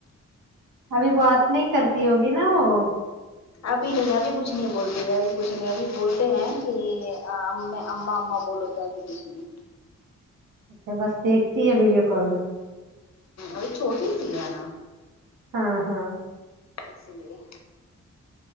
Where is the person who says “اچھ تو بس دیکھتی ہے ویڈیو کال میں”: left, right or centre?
Right